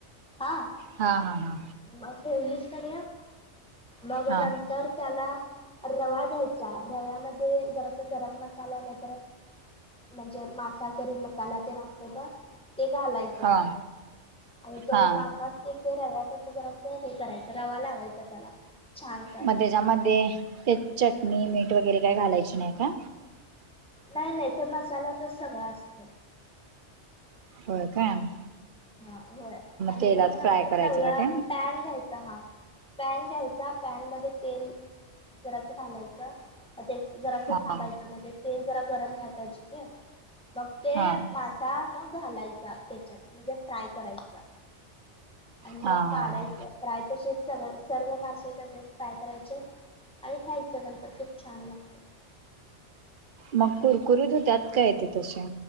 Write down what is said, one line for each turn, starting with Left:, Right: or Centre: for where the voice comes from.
Centre: हा
Right: हा हा हा
Centre: मग ठेवलीच काण मग
Right: हा
Centre: नंतर त्याला रवा घ्यायचा रव्यामध्ये जर अस गरम मसाला नाही तर म्हणजे मासाकरी मसाला ते नसते ब ते घालायचा
Right: हा हा
Centre: आणि तो
Right: हा
Centre: मासाच इथे रव्या तसं जरास हे करायचं, रवा लावायचं त्याला. छानसं असं
Right: मग त्याच्यामध्ये ते चटणी, मीठ वगैरे काही घालायची नाही का?
Centre: नाही नाही ते मसाल्यातचं सगळं असतंय.
Right: हो, काय.
Centre: हा होय आणि
Right: तेलात
Centre: मग नंतर
Right: फ्राय करायचं
Centre: तव्या
Right: का ते
Centre: पॅन घ्यायचा हा पॅन घ्यायचा, पॅन मध्ये तेल जरास घालायचं. ते जरा असं
Right: हा
Centre: थांबायचं म्हणजे, तेल जरा गरम व्हाय पाहिजे की, मग ते
Right: हा
Centre: मासा मग घालायचा त्याच्यात म्हणजे फ्राय करायचा. आणि मग
Right: हा
Centre: काढायचं
Right: हा
Centre: फ्राय तसेच सर्व मासे तसेच फ्राय करायचे. आणि खायचं नंतर खूप छान! लागतं.
Right: मग कुरकुरुत होत्यात, काय ते तसे?